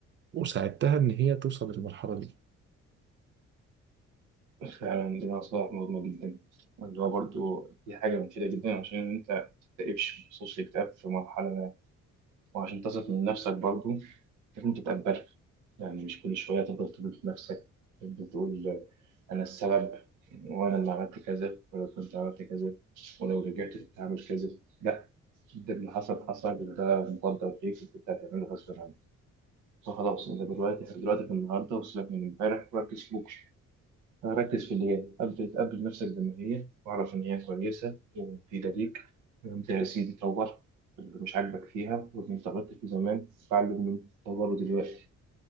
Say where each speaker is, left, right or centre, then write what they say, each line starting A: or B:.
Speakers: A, on the right; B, on the right.
A: وساعدتها إن هي توصل للمرحلة دي
B: فعلا دي نصائح مهمة جدا اللي هو برضه دي حاجة مفيدة جدا عشان أنت تكتئبش بخصوص الاكتئاب في مرحلة ما وعشان تثق من نفسك برضه لازم انت تتقبل يعني مش كل شوية تفضل تقول في نفسك تفضل تقول أنا السبب وأنا اللي عملت كذا ولو كنت عملت كذا ولو رجعت كنت هعمل كذا لا ده اللي حصل حصل وده مقدر ليك وكنت هتعمله غصب عنك فخلاص انت دلوقتي دلوقتي في النهارده وسيبك من امبارح وركز في بكره ركز في اللي جاي قبل تقبل نفسك زي ما هي واعرف ان هي كويسه ومفيده ليك وانت يا سيدي طور اللي مش عاجبك فيها واللي انت غلطت فيه زمان اتعلم من طوره دلوقتي